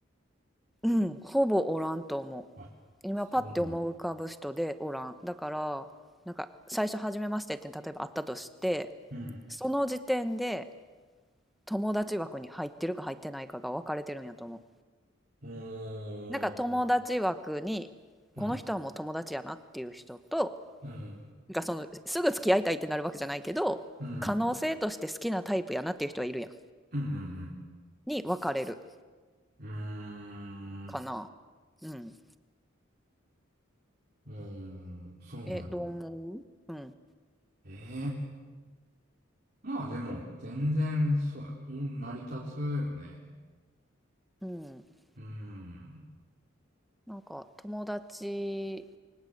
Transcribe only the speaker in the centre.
うん、ほぼおらんと思う。
今パッて思い浮かぶ人でおらんだからなんか最初「初めまして」って例えばあったとして
その時点で友達枠に入ってるか入ってないかが分かれてるんやと思う
なんか友達枠にこの人はもう友達やなっていう人と
なんかそのすぐ付き合いたいってなるわけじゃないけど可能性として好きなタイプやなっていう人はいるやん
に分かれる
かなうん
えどう思ううん
うん
なんか友達